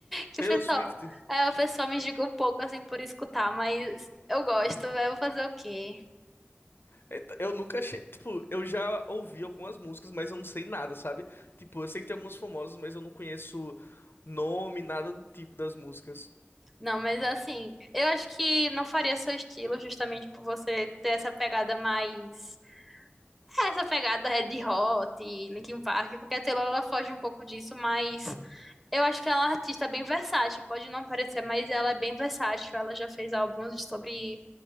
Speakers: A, in the centre; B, on the left.
A: Que
B: Taylor
A: o pessoal,
B: Swift.
A: é, o pessoal me julga um pouco, assim, por escutar, mas eu gosto, eu vou fazer o quê?
B: Então, Eu nunca achei. Tipo, eu já ouvi algumas músicas, mas eu não sei nada, sabe? Tipo, eu sei que tem alguns famosos, mas eu não conheço nome, nada do tipo das músicas.
A: Não, mas, assim, eu acho que não faria seu estilo justamente por você ter essa pegada mais... é, Essa pegada Red Hot, Linkin Park, porque a Taylor, ela foge um pouco disso, mas... Eu acho que ela é uma artista bem versátil, pode não parecer, mas ela é bem versátil. Ela já fez álbuns sobre